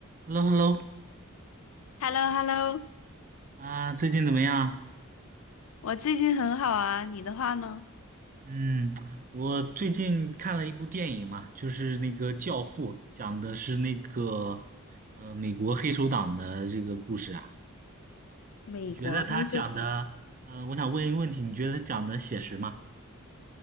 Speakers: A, on the right (about 40°); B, on the left (about 70°).
A: Hello，Hello，
B: h e l l o h e l l o
A: 啊，最近怎么样？
B: 我最近很好啊，你的话呢？
A: 嗯，我最近看了一部电影嘛，就是那个《教父》，讲的是那个呃美国黑手党的这个故事啊。
B: 美国黑手党，
A: 你觉得他讲的，呃，我想问一个问题，你觉得他讲的写实吗？